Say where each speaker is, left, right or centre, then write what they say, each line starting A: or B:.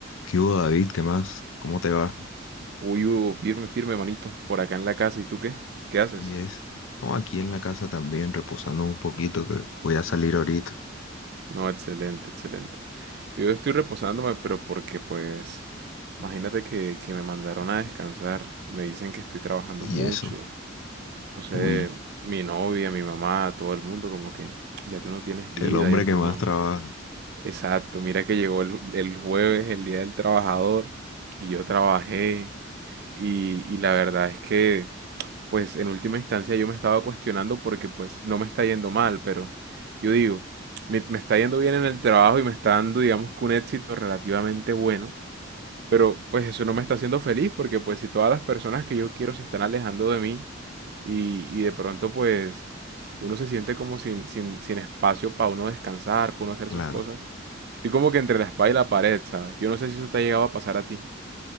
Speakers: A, on the left; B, on the right.
A: ¿Qué hubo, David? ¿Qué más? ¿Cómo te va?
B: Uy, Hugo, firme, firme, manito, por acá en la casa. ¿Y tú qué? ¿Qué haces?
A: Y es, no, aquí en la casa también, reposando un poquito, que voy a salir ahorita.
B: No, excelente, excelente. Yo estoy reposándome, pero porque pues, imagínate que, que me mandaron a descansar. Me dicen que estoy trabajando
A: Y
B: mucho.
A: eso,
B: No sé,
A: uy,
B: mi novia, mi mamá, todo el mundo, como que ya tú no tienes vida,
A: el hombre
B: ya tú
A: que más
B: no.
A: trabaja.
B: Exacto, mira que llegó el, el jueves, el día del trabajador, y yo trabajé, y, y la verdad es que pues en última instancia yo me estaba cuestionando porque pues no me está yendo mal, pero yo digo, me, me está yendo bien en el trabajo y me está dando, digamos, que un éxito relativamente bueno, pero pues eso no me está haciendo feliz porque pues si todas las personas que yo quiero se están alejando de mí y, y de pronto pues uno se siente como sin, sin, sin espacio para uno descansar, para uno hacer
A: Claro,
B: sus cosas. Estoy como que entre la espada y la pared, ¿sabes? Yo no sé si eso te ha llegado a pasar a ti.